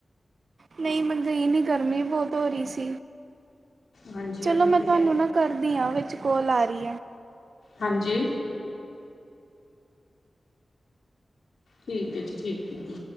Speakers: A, on the right; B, on the left.
A: ਨਹੀਂ ਮੈਂ ਗਈ ਨੀ ਗਰਮੀ ਬਹੁਤ ਹੋ ਰਹੀ ਸੀ।
B: ਹਾਂਜੀ
A: ਚਲੋ
B: ਗਰਮੀ
A: ਮੈਂ
B: ਤੇ
A: ਤੁਹਾਨੂੰ
B: ਹੈ ਹੀ।
A: ਨਾ ਕਰਦੀ ਹਾਂ ਉਹ ਵਿੱਚ ਕੋਲ ਆ ਰਹੀ ਹੈ।
B: ਹਾਂਜੀ ਠੀਕ ਹੈ ਜੀ ਠੀਕ ਹੈ।